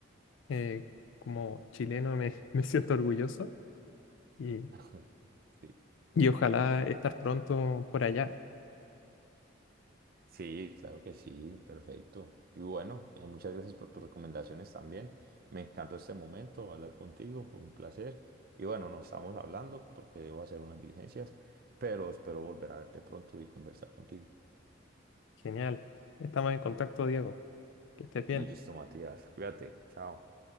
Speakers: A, on the left (about 70°); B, on the right (about 50°).
A: Eh, como chileno me, <laughs> me siento orgulloso y,
B: <laughs> Sí,
A: y ojalá estar pronto por allá.
B: Sí, claro que sí, perfecto. Y bueno, eh, muchas gracias por tus recomendaciones también. Me encantó este momento hablar contigo, fue un placer. Y bueno, nos estamos hablando porque debo hacer unas diligencias, pero espero volver a verte pronto y conversar contigo.
A: Genial. Estamos en contacto, Diego. Que estés bien.
B: Listo, Matías. Cuídate. Chao.